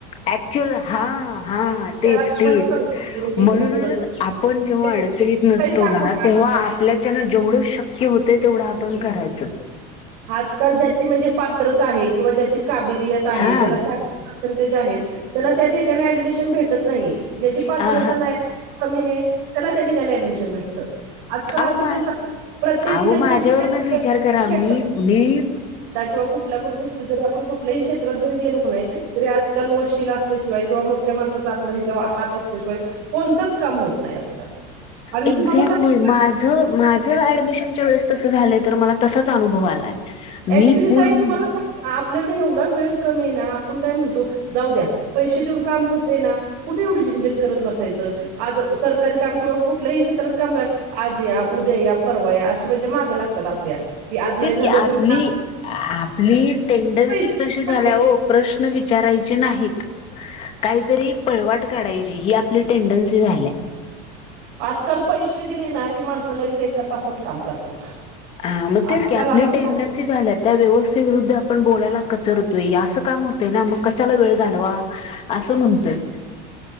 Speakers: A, on the left (about 30°); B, on the right (about 50°).
A: ऍक्च्युअल हा हा
B: त्याला
A: तेच तेच
B: मग कळतं की
A: म्हणूनच
B: काय करत नाही.
A: आपण जेव्हा
B: ते
A: अडचणीत नसतो
B: काही सांगू
A: ना तेव्हा
B: आजकाल.
A: आपल्याच्यान जेवढंच शक्य - क्य होतय तेवढं आपण करायचं
B: आजकाल ज्याची म्हणजे पात्रता आहे किंवा ज्याची - काबिलियत आहे
A: हा
B: ज्याला <unintelligible> त्याला - त्या ठिकाणी ऍडमिशन भेटत नाही ज्याची पात्रता
A: हा
B: नाही कमी हे त्याला त्या - <unintelligible> भेटतआजकाल
A: अहो
B: असं
A: मा
B: पण प्रत्येक
A: अहो
B: ठिकाणी्
A: माझ्यावरूनच विचार
B: <unintelligible>
A: करा
B: <unintelligible>
A: मी मी
B: किंवा कुठल्या <unintelligible> जरी आपण कुठल्याही क्षेत्रात जरी गेलो नाही तरी आजकाल वशील असल्याशिवाय किंवा मोठ्या माणसाचा आपलं हे जेव्हा हात असल्याशिवाय कोणतंच काम होत नाही आजकाल आणि
A: एक्झॅक्टली
B: तुम्हाला सांगते
A: माझ माझ ऍडमिशनच्या वेळेस तस झालंय तर मला तसच - च अनुभव आलाय मी
B: ऍक्च्युली
A: पूर्ण
B: ताई तुम्हाला सांगु का - आपल्याकडे एवढा वेळ कमी ना आपण काय म्हणतो जाऊ द्या पैसे देऊन काम होतय ना कुठे एवढी झंझट करत बसायचं आज सरकारी काम किंवा कुठलही क्षेत्रात काम आज या उद्या या परवा या अशी म्हणजे माग लागते आपल्या की आज नाही
A: तेच
B: झाल
A: की
B: तर
A: आपली
B: -
A: आपली टेंडनसीच
B: पैसे देऊन
A: तशी झाल्या
B: का नाही
A: ओ प्रश्न विच - विचारायची नाहीत काहीतरी पळवाट काढायची ही आपली टेंडन्सी झाल्या
B: आजकाल पैसे दिले ना की माणसं लगेच एका तासात काम करतात
A: हा मग तेच
B: आजकाल
A: की आपली
B: असं
A: टेंडन्सी
B: झालं
A: झाल्या त्या व्यवस्थ - विरुद्ध आपण बोलायला कचरतोय असं काम होतय ना मग कशाला वेळ घालवा असं म्हणतोय